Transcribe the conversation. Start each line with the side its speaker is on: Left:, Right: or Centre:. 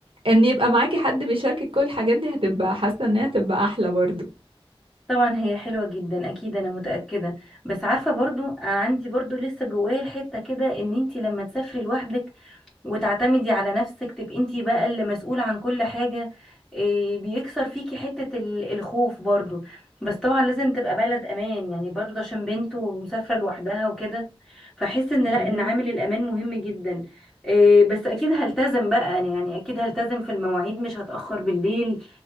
Right: ان يبقى معاكي حد بيشاركك كل الحاجات دي هتبقى حاسة ان هي هتبقى احلى برضو
Centre: طبعا هي حلوة جدا اكيد انا متأكدة بس عارفة برضو انا عندي برضو لسه جوايا الحتة كده ان انتي لما تسافري لوحدك وتعتمدي على نفسك تبقي انتي بقى اللي مسؤولة عن كل حاجة إيه بيكسر فيكي حتة ال- الخوف برضو بس طبعا لازم تبقى بلد امان يعني برضو عشان بنت ومسافرة لوحدها وكده فحس ان لا
Right: ايوه
Centre: ان عامل الامان مهم جدا إيه بس اكيد هلتزم بقى أنا يعني اكيد هلتزم في المواعيد مش هتأخر بالليل